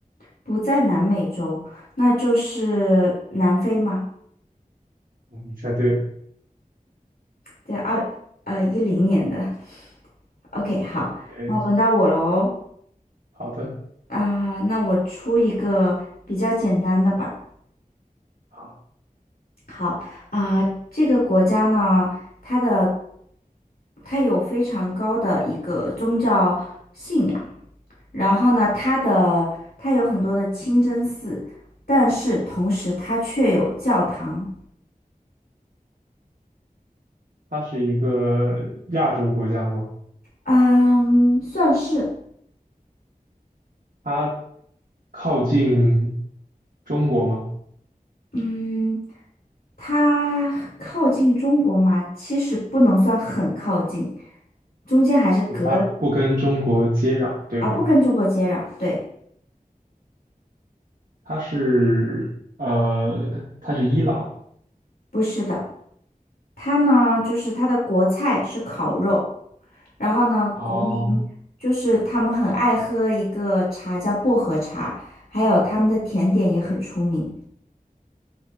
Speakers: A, on the left (about 75°); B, on the right (about 70°).
A: 不在南美洲，那就是南非吗？
B: 嗯你猜对了，
A: 在二呃一零年的。OK，好，
B: 对，
A: 那轮到我喽。
B: 好的，
A: 啊、那我出一个比较简单的吧。
B: 好，
A: 好啊、这个国家呢，它的它有非常高的一个宗教信仰，然后呢，它的它有很多的清真寺，但是同时它却有教堂。
B: 它是一个亚洲国家吗？
A: 嗯，算是，
B: 它靠近中国吗？
A: 嗯，它靠近中国嘛，其实不能算很靠近，中间还是隔了
B: 嗯它不跟中国接壤，对吗？
A: 啊，不跟中国接壤，对，
B: 它是呃，它是伊朗
A: 不是的，它呢就是它的国菜是烤肉，然后呢国民就是他们很爱喝一个茶叫薄荷茶，
B: 哦，
A: 还有他们的甜点也很出名，